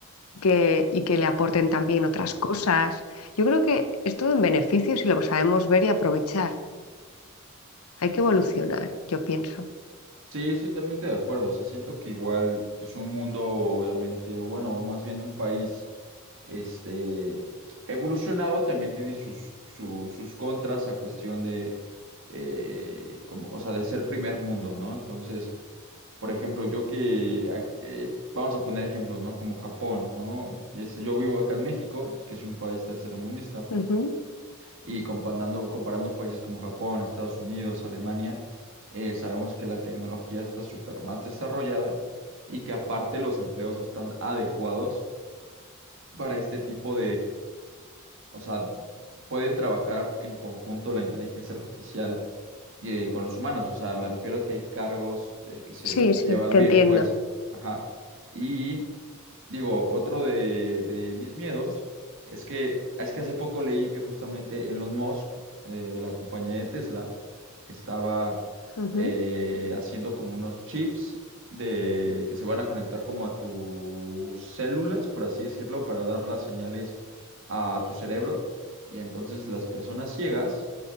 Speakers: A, on the left; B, on the right.
A: que, y que le aporten también otras cosas. Yo creo que es todo en beneficio si lo sabemos ver y aprovechar. Hay que evolucionar, yo pienso.
B: Sí, estoy totalmente de acuerdo. O sea, siento que igual, pues un mundo, obviamente, o bueno, más bien un país este, evolucionado también tiene sus, su- sus contras a cuestión de, eh, como, o sea, de ser primer mundo, ¿no? Entonces, por ejemplo, yo que, a- eh, vamos a poner ejemplos, ¿no? Como Japón, ¿no? Y Este, yo vivo acá en México, que es un país tercermundista,
A: Ujú.
B: y comparando, comparando países como Japón, Estados Unidos, Alemania, eh, sabemos que la tecnología está súper más desarrollada y que aparte los empleos están adecuados para este tipo o sea, pueden trabajar en conjunto la inteligencia artificial eh, con los humanos. O sea, me refiero a que hay cargos eh, que se
A: Sí, sí,
B: llevan
A: te
B: bien,
A: entiendo.
B: pues. Ajá. Y Digo, otro de, de mis miedos es que, es que hace poco leí que justamente Elon Musk, eh, de la compañía de Tesla, estaba
A: Ujú.
B: eh, haciendo como unos chips de, que se van a conectar como a tus células, por así decirlo, para dar las señales a tu cerebro. Y entonces las personas ciegas,